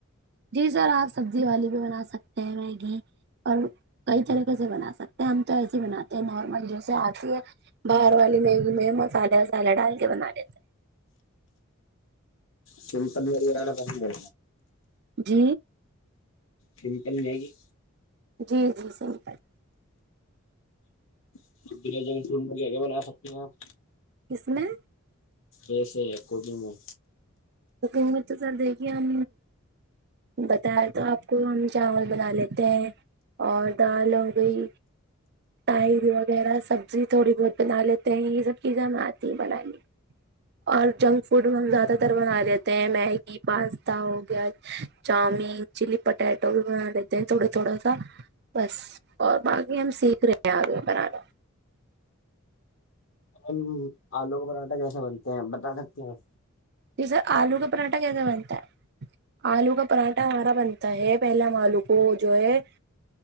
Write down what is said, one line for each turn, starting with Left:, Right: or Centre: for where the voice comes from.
Right: جی سر آپ سبزی والی بھی بنا سکتے ہیں میگی اور کئی طریقے سے بنا سکتے ہیں ہم تو ایسے ہی بناتے ہیں نارمل جیسے آتی ہے باہر والی میگی میں مسالہ وسالاہ ڈال کے بنا لیتے ہیں
Left: سمپل وغیرہ بسندا
Right: جی
Left: سمپل میگی
Right: جی جی سمپل
Left: <inaudible> بنا سکتے ہیں آپ
Right: کس میں
Left: ایسے کوکنگ میں
Right: کوکنگ میں تو سر دیکھیے ہم بتائے تو آپ کو ہم چاول بنا لیتے ہیں اور دال ہو گئی راعس وغیرہ سبزی تھوڑی بہت بنا لیتے ہیں یہ سب چیزیں ہم آتی ہیں بنانے اور جنک فوڈ ہم زیادہ تر بنا لیتے ہیں میگی پاستا ہو گیا چاؤمین چلی پٹیٹو بھی بنا لیتے تھوڑا تھوڑا سا بس اور باقی ہم سیکھ رہے ہیں آگے بنانا
Left: ہم آلو کا پراٹھا کیسا بنتے ہیں بتا سکتے ہیں
Right: جیسے آلو کا پراٹھا کیسا بنتا ہے آلو کا پراٹھا ہمارا بنتا ہے پہلے ہم آلو کو جو ہے